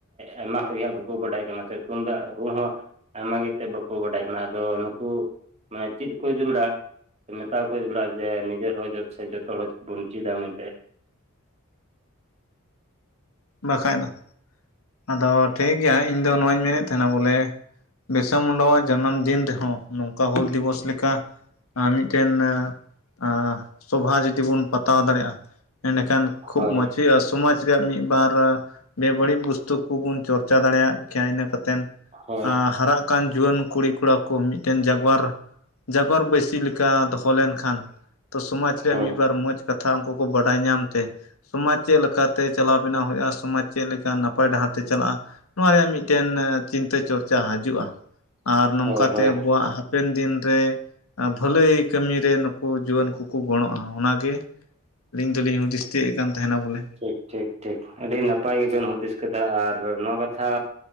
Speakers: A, on the right (about 30°); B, on the left (about 80°).
A: ᱟᱭᱢᱟ ᱦᱚᱲ ᱜᱤ ᱦᱟᱸᱜ ᱵᱟᱠᱩ ᱵᱟᱰᱟᱭ ᱠᱟᱱᱟ ᱥᱮ ᱛᱩᱢᱫᱟᱜ ᱨᱩ ᱦᱚᱸᱼᱼ ᱟᱭᱢᱟ ᱜᱮᱛᱮ ᱵᱟᱠᱚ ᱵᱟᱰᱟᱭ ᱠᱟᱱᱟ ᱟᱫᱚ ᱱᱩᱠᱩ ᱢᱟᱱᱮ ᱪᱤᱫ ᱟᱠᱚ ᱡᱟᱹᱨᱩᱲᱟ ᱢᱮᱛᱟᱣᱟ ᱠᱚᱣᱟ ᱡᱚᱲᱟ ᱡᱮ ᱱᱤᱡᱮᱨ ᱦᱚᱸ ᱥᱮ ᱡᱚᱛᱚ ᱦᱚᱲ ᱵᱚᱱ ᱪᱤᱫ ᱟ ᱢᱮᱱ ᱛᱮ
B: ᱵᱟᱠᱷᱟᱡ ᱫᱚ ᱟᱫᱚ ᱴᱷᱤᱠ ᱜᱮᱭᱟ ᱤᱧ ᱫᱚ ᱱᱚᱣᱟᱧ ᱢᱮᱱᱮᱫ ᱛᱟᱦᱮᱱᱟ ᱵᱚᱞᱮᱼᱼ ᱵᱤᱨᱥᱟ ᱢᱩᱱᱰᱟᱣᱟᱜ ᱡᱟᱱᱟᱢ ᱫᱤᱱ ᱨᱮ ᱦᱚᱸ ᱱᱚᱝᱠᱟ ᱦᱩᱞ ᱫᱤᱵᱚᱥ ᱞᱮᱠᱟᱼᱼ ᱢᱤᱫᱴᱮᱱ ᱟ ᱥᱚᱵᱷᱟ ᱡᱩᱫᱤ ᱵᱚᱱ ᱯᱟᱛᱟᱣ ᱫᱟᱲᱮᱜ-ᱟ ᱮᱸᱰᱮ ᱠᱷᱟᱱᱼᱼ ᱠᱷᱩᱵ
A: ᱦᱳᱭ
B: ᱢᱚᱸᱡᱽ ᱦᱩᱭᱩᱜ-ᱟ ᱥᱚᱢᱟᱡᱽ ᱨᱮᱭᱟᱜ ᱢᱤᱫ ᱵᱟᱨᱼᱼ ᱟ ᱵᱮᱵᱟᱹᱲᱤᱡ ᱵᱚᱥᱛᱩ ᱠᱩᱵᱚᱱ ᱪᱚᱨᱪᱟ ᱫᱟᱲᱮᱭᱟᱜ ᱠᱮᱭᱟ ᱤᱱᱟᱹ ᱠᱟᱛᱮᱱ
A: ᱦᱳᱭ
B: ᱟ ᱦᱟᱨᱟᱜ ᱠᱟᱱ ᱡᱩᱣᱟᱹᱱ ᱠᱩᱲᱤ ᱠᱚᱲᱟ ᱠᱚ ᱢᱤᱫᱴᱮᱱ ᱡᱟᱜᱽᱣᱟᱨ ᱡᱟᱜᱽᱣᱟᱨ ᱵᱟᱹᱭᱥᱤ ᱞᱮᱠᱟ ᱫᱚᱦᱚ ᱞᱮᱱ ᱠᱷᱟᱱ ᱛᱚ ᱥᱚᱢᱟᱡᱽ ᱨᱮᱱ
A: ᱦᱳᱭ
B: ᱢᱤᱫ ᱵᱟᱨ ᱢᱚᱸᱡᱽ ᱠᱟᱛᱷᱟ ᱩᱝᱠᱩ ᱠᱚ ᱵᱟᱰᱟᱭ ᱧᱟᱢ ᱛᱮ ᱥᱚᱢᱟᱡᱽ ᱪᱮᱜ ᱞᱮᱠᱟ ᱛᱮ ᱪᱟᱞᱟᱣ ᱵᱮᱱᱟᱣ ᱦᱳᱭᱳᱜ-ᱟ ᱥᱚᱢᱟᱡᱽ ᱪᱮᱜ ᱞᱮᱠᱟ ᱱᱟᱯᱟᱭ ᱰᱟᱦᱟᱨ ᱛᱮ ᱪᱟᱞᱟᱜ-ᱟ ᱱᱚᱣᱟ ᱨᱮᱭᱟᱜ ᱢᱤᱫᱴᱮᱱ ᱪᱤᱱᱛᱟᱹ ᱪᱚᱨᱪᱟ ᱦᱟᱡᱩᱜ-ᱟ ᱟᱨ ᱱᱚᱝᱠᱟ
A: ᱦᱳᱭ ᱦᱳᱭ
B: ᱛᱮ ᱟᱵᱳᱣᱟᱜ ᱦᱟ ᱦᱟᱯᱮᱱ ᱫᱤᱱ ᱨᱮ ᱵᱷᱟᱹᱞᱟᱹᱭ ᱠᱟᱹᱢᱤ ᱨᱮ ᱱᱩᱠᱩ ᱡᱩᱣᱟᱹᱱ ᱠᱩᱠᱩ ᱜᱚᱸᱲᱚᱸᱜ-ᱟ ᱚᱱᱟ ᱜᱮ᱾ ᱟᱹᱞᱤᱧ ᱫᱚᱞᱤᱧ ᱦᱩᱫᱤᱥ ᱛᱤᱭᱟᱹᱜ ᱮᱜ ᱠᱟᱱ ᱛᱟᱦᱮᱱᱟ ᱵᱚᱞᱮ᱾
A: ᱴᱷᱤᱠ ᱴᱷᱤᱠ ᱴᱷᱤᱠ ᱟᱹᱰᱤ ᱱᱟᱯᱟᱭ ᱜᱮ ᱵᱮᱱ ᱦᱩᱫᱤᱥ ᱠᱮᱫᱟ ᱟᱨ ᱱᱚᱣᱟ ᱠᱟᱛᱷᱟ